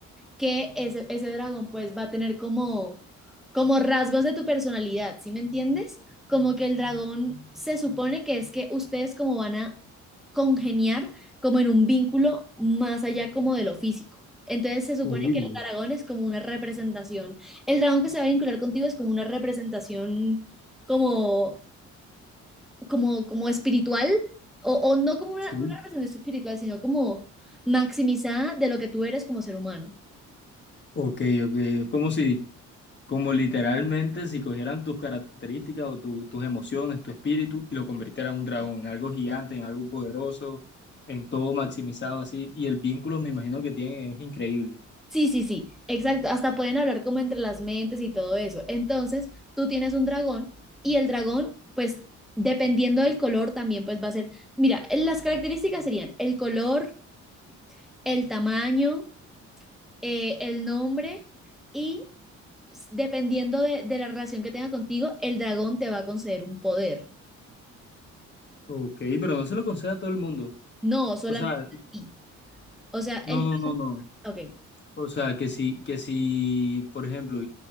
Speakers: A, in the centre; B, on the left.
A: que ese, ese dragón pues va a tener como, como rasgos de tu personalidad, ¿sí me entiendes? Como que el dragón se supone que es que ustedes como van a congeniar como en un vínculo más allá como de lo físico. Entonces se supone
B: uy,
A: que el dragón es como una representación. El dragón que se va a vincular contigo es como una representación como, como, como espiritual, o, o no como una,
B: sí.
A: una representación espiritual, sino como maximizada de lo que tú eres como ser humano.
B: Ok, ok. Es como si, como literalmente, si cogieran tus características o tu- tus emociones, tu espíritu, y lo convirtieran en un dragón, en algo gigante, en algo poderoso, en todo maximizado así. Y el vínculo, me imagino que tienen, es increíble.
A: Sí, sí, sí, exacto. Hasta pueden hablar como entre las mentes y todo eso. Entonces, tú tienes un dragón y el dragón, pues, dependiendo del color, también pues va a ser, mira, las características serían el color, el tamaño, eh, el nombre y pues, dependiendo de, de la relación que tenga contigo, el dragón te va a conceder un poder,
B: Ok, pero no se lo concede a todo el mundo.
A: no solamente
B: O sea,
A: a ti. O sea, el,
B: no, no, no, no.
A: ok,
B: O sea, que si, que si, por ejemplo,